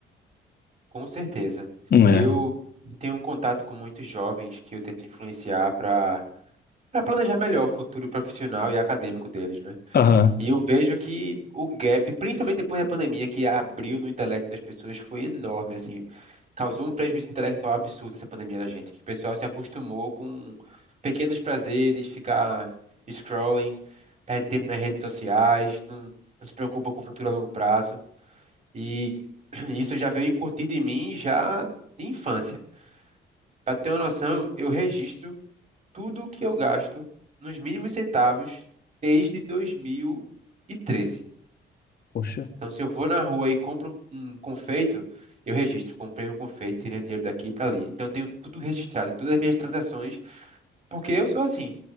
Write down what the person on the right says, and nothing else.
com certeza.
Eu tenho um contato com muitos jovens que eu tento influenciar para para planejar melhor o futuro profissional e acadêmico deles, né?
E eu vejo que o gap, principalmente depois da pandemia, que abriu no intelecto das pessoas, foi enorme, assim, causou um prejuízo intelectual absurdo essa pandemia na gente, que o pessoal se acostumou com pequenos prazeres, ficar scrolling, perde tempo nas redes sociais, não, não se preocupa com o futuro a longo prazo, e <clears throat> isso já veio incutido em mim já de infância. Para ter uma noção, eu registro tudo o que eu gasto nos mínimos centavos desde 2013.
Então, se eu vou na rua e compro um um confeito, eu registro. Comprei um confeito, tirei o dinheiro daqui para ali. Então, eu tenho tudo registrado, todas as minhas transações, porque eu sou assim.